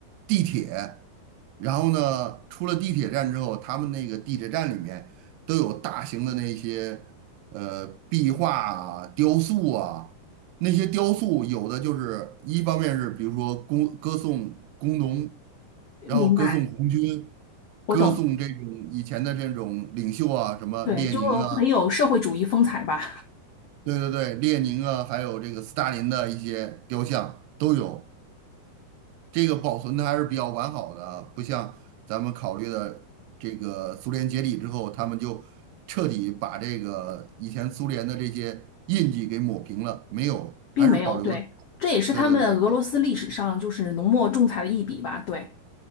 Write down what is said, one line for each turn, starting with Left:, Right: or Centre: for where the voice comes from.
Right: 地铁，然后呢，出了地铁站之后，他们那个地铁站里面都有大型的那些呃壁画啊、雕塑啊，那些雕塑有的就是一方面是比如说工歌颂工农，然后歌颂红军，
Left: 明白，我懂。
Right: 歌颂这种以前的这种领袖啊，什么列宁啊，
Left: 对，就很有社会主义风采吧，
Right: 对对对，列宁啊，还有这个斯大林的一些雕像都有。这个保存的还是比较完好的啊不像咱们考虑的这个苏联解体之后，他们就彻底把这个以前苏联的这些印记给抹平了，没有，
Left: 并没有。
Right: 还是保留的。
Left: 对，这也是他们俄罗斯历史上就是浓墨重彩的一笔吧。
Right: 对对对
Left: 对。